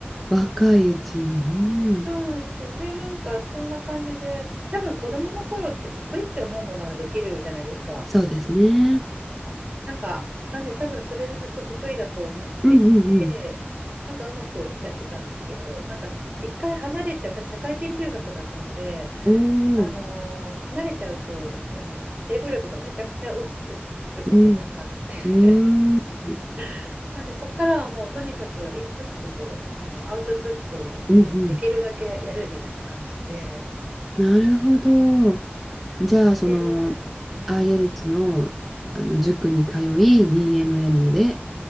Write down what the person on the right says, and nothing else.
そうなんですよね。
なんかそんな感じで、多分子供の頃って得意って思うものができるじゃないですか。
なんか、なんで多分それでずっと得意だと思ってきて、
なんかうまくやってたんですけど、なんか一回離れて、私社会人留学だったので、
あのー離れちゃうと、
あの、英語力がめちゃくちゃ落ちてることが分かって
<laughs> なんでそこからはもうとにかくインプットとあのアウトプットをもうできるだけやるみたいな感じで。
やってる。
うん。